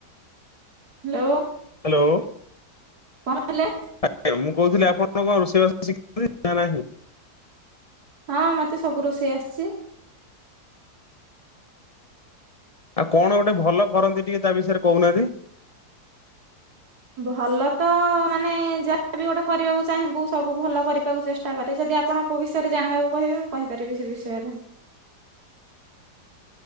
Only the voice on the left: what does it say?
ହାଲୋ।
ଆଜ୍ଞା, ମୁଁ କହୁଥିଲି ଆପଣ କଣ ରୋଷେଇ ବାସ ଶିଖିଛନ୍ତି ନା ନାହିଁ?
ଆଉ କଣ ଗୋଟେ ଭଲ କରନ୍ତି ଟିକେ ତା ବିଷୟରେ କହୁନାହାନ୍ତି।